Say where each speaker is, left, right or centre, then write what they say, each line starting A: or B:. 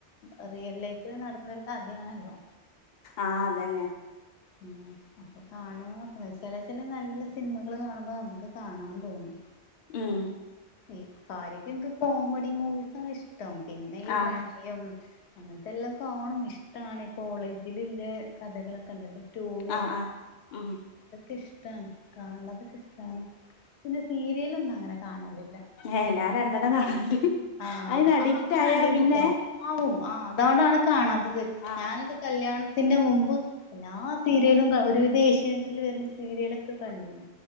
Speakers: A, on the left; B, on the left.
A: ഒ റിയൽ ലൈഫിൽ നടന്ന ഒരു കഥയാണല്ലോ
B: ആഹ് അതന്നെ
A: മ്മ് അപ്പൊ കാണണംനൊക്കണ്ട് ചെല ചെല നല്ല സിനിമകള് കാണുമ്പോ നമുക്ക് കാണാൻ തോന്നും.
B: മ്മ്
A: ഈ കാര്യായിട്ട് ഇൻക് ക്ക് കോമഡി മൂവീസാണ് ഇഷ്ട്ടം പിന്നെ ഈ
B: ആഹ്
A: പ്രേ യും അങ്ങൻത്തെല്ലാം കാണും ഇഷ്ട്ടാണ് കോളേജില്ള്ള കഥകളൊക്കെണ്ടല്ലോ. റ്റൂറിയെ,
B: ആഹ് ആഹ് ഉം
A: അതൊക്കെ ഇഷ്ട്ടാണ് കാണുന്നതൊക്കെ ഇഷ്ട്ടാണ് പിന്നെ സീരിയലൊന്നും അങ്ങനെ കാണലില്ല
B: ഏ
A: പിന്ന
B: ഞാൻ രണ്ടെണ്ണം കാണല്ണ്ട്
A: ആഹ്
B: അയിന് അഡിക്റ്റ്
A: ആദ്യം
B: ആയാ
A: കണ്ടീന്ട്ടോ
B: പിന്നെ
A: ആവും ആഹ് അതോണ്ടാണ് കാണാത്തത്
B: ആഹ്
A: ഞാനൊക്കെ കല്യാണത്തിന്റെ മുമ്പ്, എല്ലാ സീരിയലും ക ഒരുവിധം ഏഷ്യാനെറ്റിൽ വരുന്ന സീരിയലൊക്കെ കണ്ടീന്